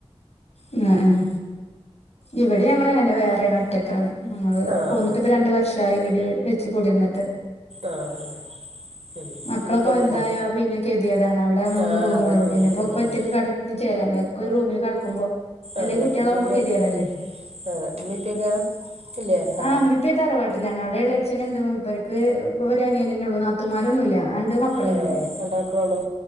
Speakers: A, on the left; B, on the right.
A: ഉം ഉം ഇവിടെ ഞങ്ങള് അങ്ങനെയാ വേറെയാണ് ഒറ്റക്കാണ് ഞങ്ങള്
B: ആഹ്
A: പോന്നിട്ട് ഇപ്പ രണ്ട വർഷായി വീട് വെച്ച് കൂടിരുന്നിട്ട്
B: ആഹ് ഉം
A: മക്കളൊക്കെ
B: ഉമ്മീപ്പൊക്കെ
A: വലുതായ
B: ഉണ്ടോ
A: പിന്നെ കെതികേടാണ് അവിടെ മൂന്ന്
B: ആഹ്
A: റൂമേള്ളു
B: അതെ ഉം
A: പിന്നെ ഇപ്പ
B: ഉം
A: ഒറ്റക്ക്
B: ഉം
A: കിടന്ന് ചേലാണ്ട് ഇതൊക്കെ ഒരു റൂമിൽ കിടക്കുമ്പോ അല്ലെങ്കിൽ
B: അതെ
A: കുട്ടികളാകുമ്പോ
B: ഉമ്മീപ്പൊക്കെ
A: കെതിയെടല്ലെ
B: അതെ ഉമ്മീപ്പൊക്കെ ഇല്ലേ ഉണ്ടോ
A: ആഹ് മ്മിപ്പയും തറവാട്ടിലാണ് അവിടെയുള്ള അച്ഛനുണ്ട് മൂപ്പർക്ക് പ ഒരു അനിയനന്നെ ഉള്ളൂ നാത്തൂന്മാരൊന്നുല്ല രണ്ട് മക്കളന്നെള്ളൂ
B: ഏഹ് രണ്ടാക്കളൊള്ളൂ